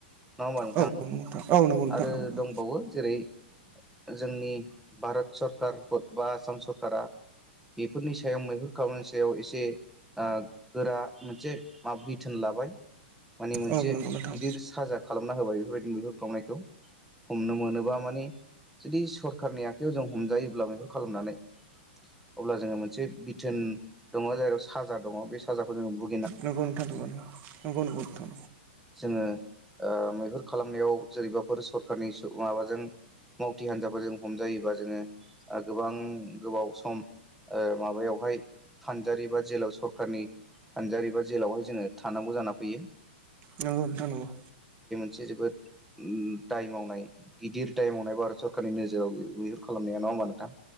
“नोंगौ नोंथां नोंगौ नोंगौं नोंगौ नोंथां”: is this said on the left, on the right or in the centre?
Right